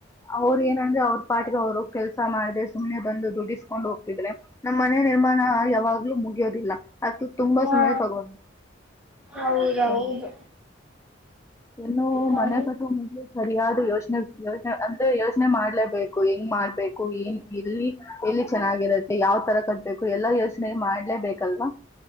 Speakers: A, on the left; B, in the centre.
A: ಅವರು ಏ ್ರೆ ಅವ್ರ ಪಾಟ್ಿಗೆ ಅವರು ಕೆಲ್ಸ ಮಾಡ್ರೆ ಸುಮ್ನೆ ಬಂದು ದುಡ್ಡಿಸ್ಕೊಂಡ್ ಹೋಗ್ತಿದ್ರ ನಮ್ಮ್ ಮನೆ ನಿರ್ಾಣ ಯಾವಾಗ್ಲೂ ಮುಗಿಯೋದಿಲ್ಲ ಅ ತುಂಬಾ
B: ಹಾ
A: ಸಮಯ ತಗೋ
B: ಹೌದೌದು
A: ಹ ಏನ್ನು
B: ನಮ
A: ಮನೆ ಕಟ್ಟು ಮು್ಲಿ ಸರಿಯಾದ ಯೋಚನೆ ಯೋನೆ ಅಂದ್ರೆ ಯೋಜನೆ ಮಾಡ್ಲೇಬೇಕು ಹೆಂಗ್ ಮಾಡ್ಬೇಕು ನ್ ಇಲ್ಲಿ ಇಲ್ಲಿ ಚೆನ್ನಾಗಿರುತ್ತೆ ಯಾವ್ ತರ ಕಟ್ಬೇಕು ಎಲ್ಲಾ ಯೋಚನೆ ಮಾಡ್ಲೇಬೇಕಲ್ವಾ